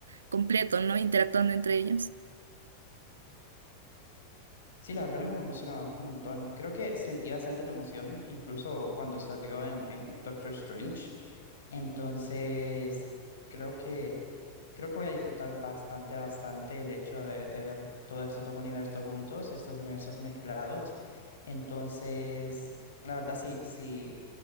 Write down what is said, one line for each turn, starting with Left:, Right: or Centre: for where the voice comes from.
Right: completo, ¿no? Interactuando entre ellos.
Left: Sí, la verdad me emociona un montón. Creo que sentí bastante la emoción, incluso cuando salió en, en Doctor Strange. Entonces, creo que, creo que voy a disfrutar bastante, bastante el hecho de, de ver todos estos dos universos juntos, estos universos mezclados. Entonces, la verdad sí, sí,